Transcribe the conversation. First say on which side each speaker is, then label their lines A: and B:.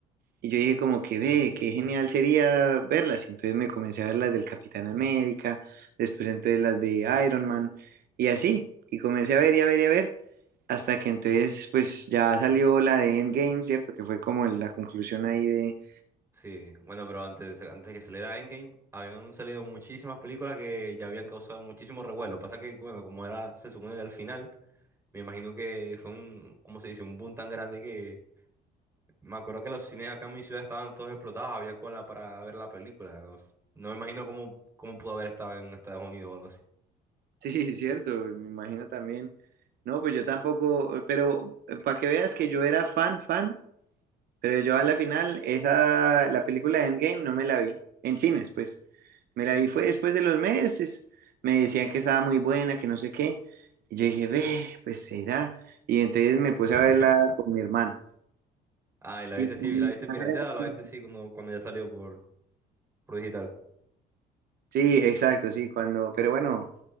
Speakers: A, on the right; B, on the right.
A: y yo dije como que ve, qué genial sería verlas. Y entonces me comencé a ver las del Capitán América, después entonces las de Iron Man y así. Y comencé a ver y a ver y a ver, hasta que entonces pues ya salió la de Endgame, ¿cierto? Que fue como la conclusión ahí de...
B: Sí, bueno, pero antes, antes de que saliera Endgame, habían salido muchísimas películas que ya habían causado muchísimo revuelo. Pasa que, bueno, como era, se supone que al final, me imagino que fue un, ¿cómo se dice? Un boom tan grande que Me acuerdo que los cines acá en mi ciudad estaban todos explotados, había cola para ver la película. No, s- no me imagino cómo, cómo pudo haber estado en Estados Unidos o algo así.
A: Sí, <laughs> cierto, me imagino también. No, pues yo tampoco, eh, pero para que veas que yo era fan, fan, pero yo a la final, esa, la película de Endgame no me la vi, en cines, pues. Me la vi fue después de los meses, me decían que estaba muy buena, que no sé qué, y yo dije, ve, pues será. Y entonces me puse
B: <laughs>
A: a verla con mi hermana.
B: Ah, y la
A: Y
B: viste sí,
A: con mi
B: la viste
A: hermana
B: pirateada,
A: era así.
B: o la viste sí cuando, cuando ya salió por, por digital.
A: Sí, exacto, sí, cuando, pero bueno,